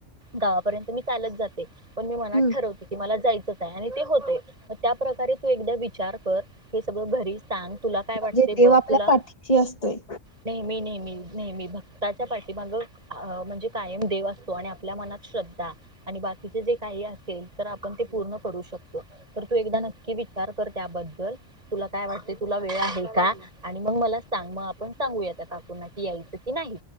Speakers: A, on the right; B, on the left.
A: गावापर्यंत मी चालत जाते. पण मी मनात
B: हम्म
A: ठरवते की मला जाय- चाय आणि ते होतय त्या प्रकारे तू एकदा विचार कर, हे सगळ घरी सांग. तुला काय वाटते
B: म्हणजे देव
A: बघ
B: आपल्या
A: तुला
B: पाठीशी असतोय.
A: नेहमी नेहमी नेहमी भक्ताच्या पाठीमाग म्हणजे कायम देव असतो आणि आपल्या मनात श्रद्धा आणि बाकीचे जे काही असेल तर आपण ते पूर्ण- करू शकतो. तर तू एकदा नक्की विचार कर? त्याबद्दल! तुला काय वाटते तुला वेळ आहे का? आणि मग मला सांग मग आपण सांगूया त्या काकूंना कि यायचं की नाही!